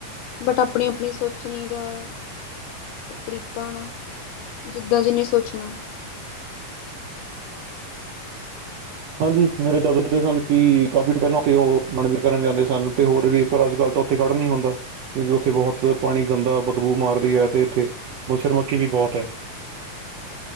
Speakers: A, on the left; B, on the right.
A: ਬਟ ਆਪਣੀ -ਆਪਣੀ ਸੋਚਣੀ ਦਾ- ਤਰੀਕਾ ਨਾ, ਜਿੱਦਾ ਜਿਨੇ ਸੋਚਣਾ।
B: ਹਾਂਜੀ। ਮੇਰੇ ਦਾਦਾ ਦਸਦੇ ਸਨ ਕਿ ਕਾਫੀ ਪਹਿਲਾਂ ਉੱਥੇ ਉਹ ਮਨਵੇ ਕਰਨ ਜਾਂਦੇ ਸਨ। ਤੇ ਹੋਰ ਵੀ ਪਰ ਅੱਜ ਕੱਲ- ਤਾ ਉੱਥੇ ਖੜ ਨੀ ਹੁੰਦਾ। ਕਿਉਕਿ ਉੱਥੇ ਬਹੁਤ ਪਾਣੀ ਗੰਦਾ ਬਦਬੂ ਮਾਰਦੀ ਆ ਤੇ ਉੱਥੇ ਮੱਛਰ- ਮੱਖੀ ਵੀ ਬਹੁਤ ਐ।